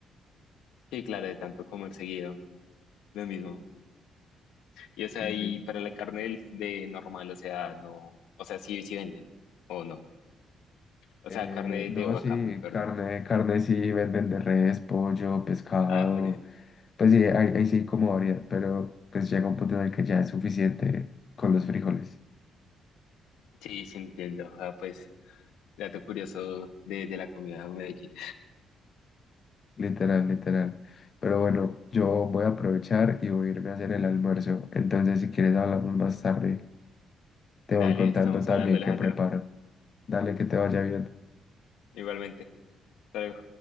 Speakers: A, on the left (about 80°); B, on the left (about 45°).
A: Sí, claro, de tanto comer seguido, lo mismo. Y o sea,
B: Sí,
A: y
B: sí.
A: para la carne del- de normal, o sea, no, o sea, sí, sí venden, o no. O
B: Eh,
A: sea, carne
B: no,
A: de vaca,
B: sí,
A: perdón.
B: carne, carne sí, venden de res, pollo, pescado.
A: Ah, bueno,
B: Pues sí, ahí, ahí sí como variedad, pero pues llega un punto en el que ya es suficiente con los frijoles.
A: sí, sí entiendo. Ah, pues, dato curioso de, de la comida de Medellín.
B: Literal, literal. Pero bueno, yo voy a aprovechar y voy a irme a hacer el almuerzo. Entonces, si quieres, hablamos más tarde. Te
A: Dale,
B: voy contando
A: estamos
B: también
A: hablando, Alejandro.
B: qué preparo. Dale, que te vaya bien.
A: Igualmente. Hasta luego.